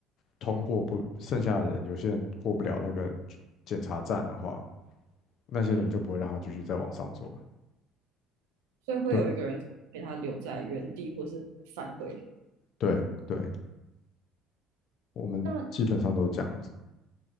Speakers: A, on the left; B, on the right.
A: 通过不，剩下的人有些人过不了那个检查站的话，那些人就不会让他继续再往上走了。
B: 嗯，所以会有一个人陪他留在原地，
A: 对
B: 或是返回。
A: 对对，我们基本上都这样子。
B: 那